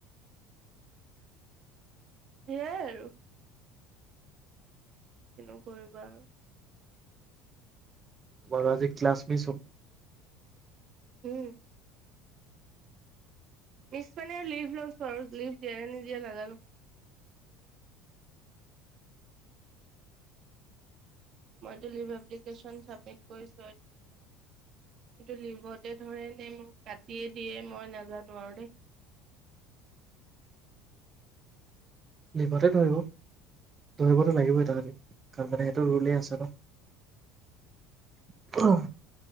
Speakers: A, on the right; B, on the right.
A: সেয়াই আৰু। কিনো কৰিবা আৰু।
B: তোমাৰ আজি ক্লাছ মিছ হ'ল।
A: উম। মিছ মানে লিভ লৈছোঁ আৰু । লিভ দিয়ে নে নিদিয়ে নাজানোঁ। মইতো এপ্লিকেছন চাবমিত কৰিছোঁ । এতিয়া তেওঁলোকে এইটো লিভতে ধৰে নে মোক কাটিয়ে দিয়ে, মই নাজানোঁ আৰু দেই।
B: লিভতে ধৰিব। ধৰিবতো লাগিবএ তাহাতি । কাৰণ মানে সেইটো ৰুলে আছে ন'।